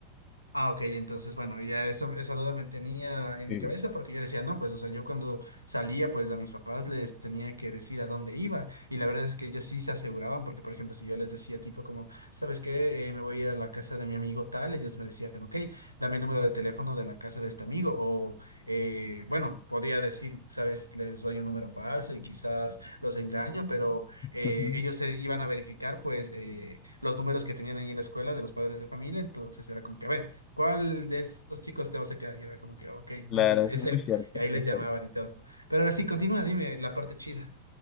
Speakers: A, on the left; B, on the left.
A: Ah, ok, entonces, bueno, ya eso, esa duda me tenía en
B: Sí.
A: mi cabeza porque yo decía, no, pues, o sea, yo cuando salía, pues a mis papás les tenía que decir a dónde iba y la verdad es que ellos sí se aseguraban porque, por ejemplo, si yo les decía tipo como, ¿sabes qué? Eh, me voy a ir a la casa de mi amigo tal, ellos me decían, ok, dame el número de teléfono de la casa de este amigo o, eh, bueno, podía decir, ¿sabes? Les doy un número falso y quizás los engaño, pero eh,
B: Ujú.
A: ellos se iban a verificar, pues, eh, los números que tenían ahí en la escuela de los padres de familia, entonces era como que, a ver. ¿Cuál de estos chicos te vas a quedar? Y era como que, ok,
B: Claro,
A: mira, es
B: eso es
A: él.
B: muy cierto.
A: Y ahí les
B: es
A: llamaban
B: cierto.
A: y todo. Pero ahora sí, continúa, dime la parte chida.